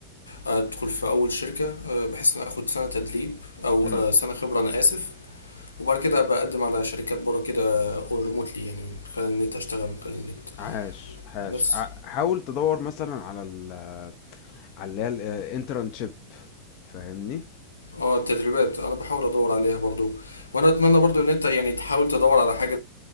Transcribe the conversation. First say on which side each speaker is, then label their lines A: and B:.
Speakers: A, on the left; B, on the left.
A: ادخل في اول شركه آه، بحيث ان اخد سنه تدريب او
B: امم
A: آه، سنه خبره انا اسف وبعد كده ابقى اقدم على شركات بره كده اون ريموتلي يعني من خلال النت اشتغل من خلال النت
B: عاش عاش
A: بس
B: ع- حاول تدور مثلا على ال... على اللي هي الانترنشيب فاهمني
A: اه التدريبات انا بحاول ادور عليها برضو وانا اتمنى برضو ان انت يعني تحاول تدور على حاجه